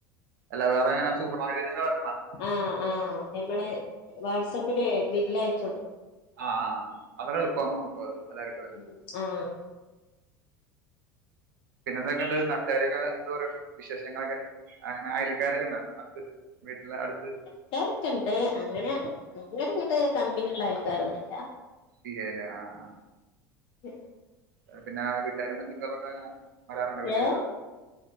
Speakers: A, on the right; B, on the left.
A: അല്ല വേറെങ്ങെനാ സൂപ്പർ മാർക്കറ്റ് ഇങ്ങനെ വർക്ക്
B: ആഹ് ആഹ് ഞമ്മള് വാട്സപ്പില് ബില്ല് അയച്ചൊട്
A: ആഹ് ആഹ് ആഹ് അങ്ങനെ എള്പ്പാന്ന് തോന്ന്ണു ഇപ്പത് എല്ലാര്ക്കുംലെ
B: ഉം ആഹ്
A: പിന്നെന്തൊക്കെണ്ട് നാട്ടാര്യൊകെ എന്ത് പറിണ് വിശേഷങ്ങളൊക്കെ അങ്ങനെ അയലക്കാരൊക്കെണ്ടോ അടുത്ത് വീട്ട്ലെ അട്ത്ത്
B: ക്കാരൊക്കെണ്ട് അങ്ങനെ അങ്ങനെങ്ങട്ട് കമ്പിനിള്ള അയൽക്കാരൊന്നുല്ല
A: ഇയേല ആഹ് ആഹ്
B: ഉം.
A: ഹ് പിന്നാ വീട്ടാരും ബന്ധുക്കളൊക്കെങ്ങനെ വരാറുണ്ടോ വീട്ടിൽ
B: ഏ
A: വരാറു